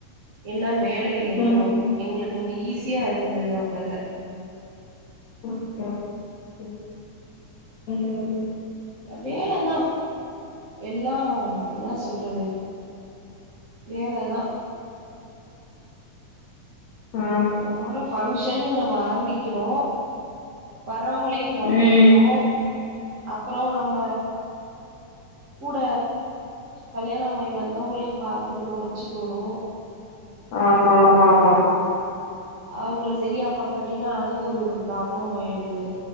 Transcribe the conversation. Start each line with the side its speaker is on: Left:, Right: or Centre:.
Right: எல்லா மேல ஏ ஏத்துனோ
Left: ம்
Right: எங்களுக்கு கொஞ்ச ஈஸியா இருந்தது அப்பத
Left: <inaudible>
Right: அ வேலதா எல்லா என்னா சொல்றது வேல தா
Left: ஆ
Right: மொத மொத ஃபங்க்ஷன்னு நம்ம ஆரம்பிக்கிறோ வர்றவ்ங்களையு கவனிக்கணு
Left: ம்
Right: அப்றோ நம்ம கூட கல்யாணமாயி வந்தவ்ங்களையு பாத்துக்கணு வச்சுக்கணு
Left: ஆமாம்மாம்மா
Right: அவ்ங்கள செரியா பாக்காட்டினா அது ஒரு ப்ராப்ளம் ஆயிடுது